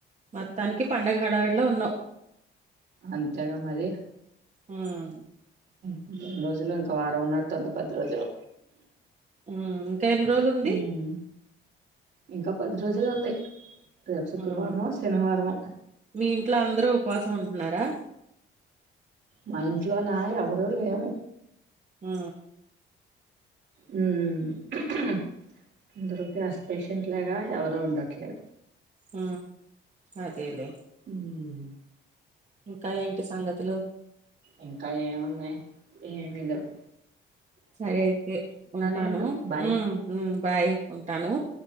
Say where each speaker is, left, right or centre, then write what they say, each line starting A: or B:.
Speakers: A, on the right; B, on the right.
A: మొత్తానికి పండగ హడావిడిలో ఉన్నావు
B: అంతేగా మరి
A: ఉమ్
B: రెండు రోజులు ఇంకా వారం ఉన్నట్టు ఉంది పది రోజులు
A: హు మ్ ఇంకా ఎన్ని రోజులు ఉంది
B: ఉమ్ ఇంకా పది రోజులు ఉంది రేప్ శుక్రవారమొ
A: ఉమ్,
B: శనివారంమొ
A: మీ ఇంట్లో అందరూ ఉపవాసం ఉంటున్నారా
B: మా ఇంట్లో నా ఎవరూ లేరు
A: ఆ
B: హు మ్ అందరకి అస్పేషంట్ గా ఎవరు ఉండట్లే
A: హ అదేలే
B: ఉమ్
A: ఇంకా ఏంటి సంగతులు
B: ఇంకా ఏమున్నాయి ఏమిలెవ్
A: సరే అయితే ఉంటాను
B: నేను బాయ్
A: ఉ ఉ బాయ్ ఉంటాను